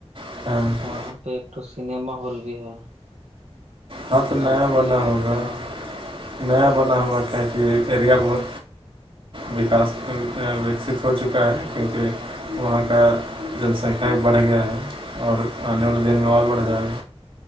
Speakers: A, on the right; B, on the right.
A: <unintelligible>
B: وہاں پہ ایک تو سنیما ہال بھی ہے
A: ہاں تو نیا
B: رانچی
A: بنا
B: واللا
A: ہوگا
B: روڈوا میں
A: نیا بنا ہوگا کیا کہ ایریا بہت وکاس وکست ہو چکا ہے کیونکہ وہاں کا جن سنکھیا بھی بڑھ گیا ہے اور آنے والے دن میں اور بڑھ جا ہے